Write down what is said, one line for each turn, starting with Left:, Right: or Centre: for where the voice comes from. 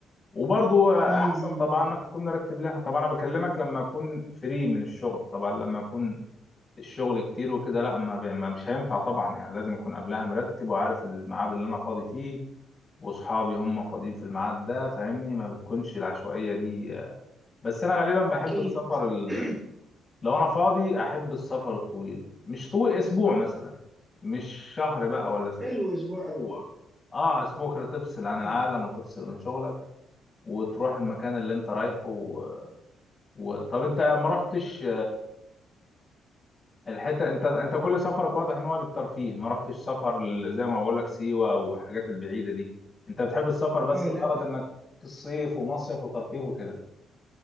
Left: وبرضو احسن
Right: امم أمم،
Left: طبعا
Right: أمم.
Left: انك تكون مرتب لها طبعا انا بكلمك لما اكون فري من الشغل طبعا لما اكون الشغل كتير وكده لا ما بي- ما مش هينفع طبعا يعني لازم اكون قبلها مرتب وعارف الميعاد اللي انا فاضي فيه واصحابي هم فاضيين في الميعاد ده فاهمني ما بتكونش العشوائيه دي آه. بس انا غالبا بحب
Right: اكيد
Left: السفر ال...
Right: <clears throat>
Left: لو انا فاضي احب السفر الطويل مش طويل اسبوع مثلا مش شهر بقى ولا س...
Right: حلو اسبوع
Left: اسبوع
Right: أوي
Left: اه اسبوع كده تفصل عن
Right: مم.
Left: العالم وتفصل من شغلك وتروح المكان اللي انت رايحه و... و... طب انت ما رحتش الحته انت انت كل سفرك واضح ان هو للترفيه ما رحتش سفر ال- زي ما بقول لك سيوه او الحاجات البعيده دي انت بتحب السفر
Right: اه
Left: بس الغرض
Right: لا لا
Left: انك الصيف ومصيف وترفيه وكده